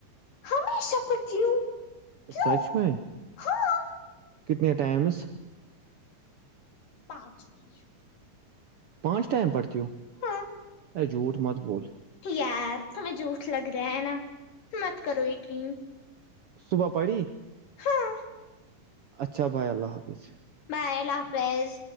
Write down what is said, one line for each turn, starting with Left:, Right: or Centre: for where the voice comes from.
Left: ہشہ پڑتی ہوں کیوں
Right: سچ میں
Left: ہاں
Right: کتنے ائمس
Left: پانچویں
Right: پانچ ٹائم پڑتی ہو
Left: ہاں
Right: ارے جھوٹ مت بول
Left: یار تمہیں جوٹ لگ رہا ہے نا مت کرو یقین
Right: صبح پڑ
Left: ہاں
Right: اچھا بھائے اللہ حافظ
Left: میں ال حافظ